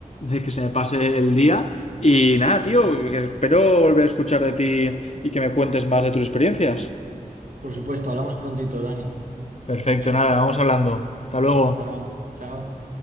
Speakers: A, on the left; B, on the right.
A: de que se me pase el día y nada, tío, espero volver a escuchar de ti y que me cuentes más de tus experiencias.
B: por supuesto, hablamos prontito, Dani.
A: Perfecto,
B: Venga.
A: nada, vamos hablando. Hasta luego.
B: Hasta ahora. Chao.